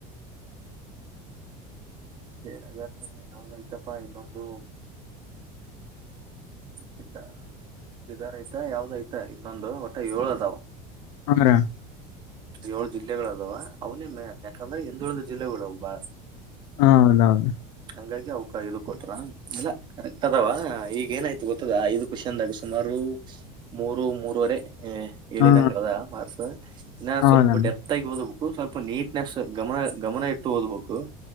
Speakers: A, on the right; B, on the left.
A: ವಿಜಯನಗರ ಇನ್ನೊಂದ್ ಐತಪ್ಪ ಇನ್ನೊಂದು. ಬ ಬಿದಾರ್ ಐತ ಯಾವ್ದ ಐತ ಇನ್ನೊಂದು ಒಟ್ಟ ಏಳದಾವ.
B: <unintelligible>
A: ಯೋಳು ಜಿಲ್ಲೆಗಳ ಅದಾವ ಅವನೇನು ಯಾಕಂದ್ರೆ ಹಿಂದುಳಿದ ಜಿಲ್ಲೆಗಳು ಅವು ಬಾಳ.
B: ಹ ಹೌದೌದು.
A: ಹಂಗಾಗಿ ಅವ್ಕ ಇದು ಕೊಟ್ರ ಇಲ್ಲ ಕರೆಕ್ಟ್ ಅದಾವ ಈಗ ಏನಾಯ್ತು ಗೊತ್ತದ ಐದು ಕ್ವೆಶ್ಚನ್ದಾಗ ಸುಮಾರು ಮೂರು ಮೂರವರೆ. ಏ ಹೇಳಿದಂಗದ
B: ಹಾ
A: ಮಾರ್ಸ. ಇನ್ನ
B: ಹೌದಣ್ಣ
A: ಸ್ವಲ್ಪ ಡೆಪ್ತ್ ಆಗಿ ಓದ್ಬೇಕ್. ಸ್ವಲ್ಪ ನೀಟ್ನೆಸ್ ಗಮನ ಗಮನ ಇಟ್ಟು ಓದ್ಬೇಕು.